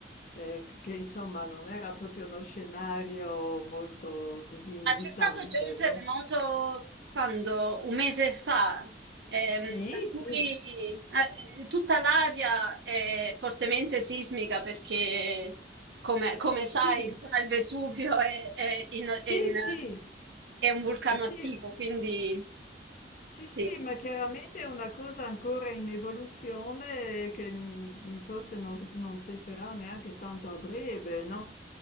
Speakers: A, on the left (about 45°); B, on the right (about 75°).
A: Eh, che insomma non era proprio uno scenario molto così invitante,
B: Ma c'è stato già un terremoto
A: no?
B: quando? Un mese fa, ehm,
A: Sì,
B: per cui
A: sì,
B: eh, eh, tutta l'area è fortemente sismica perché, come, come sai,
A: sì,
B: insomma, il Vesuvio è, è in-
A: sì,
B: è in-
A: sì,
B: è un vulcano
A: s- sì,
B: attivo, quindi
A: Sì,
B: sì.
A: sì, ma chiaramente è una cosa ancora in evoluzione e che mm, forse non, s- non cesserà neanche tanto a breve, no?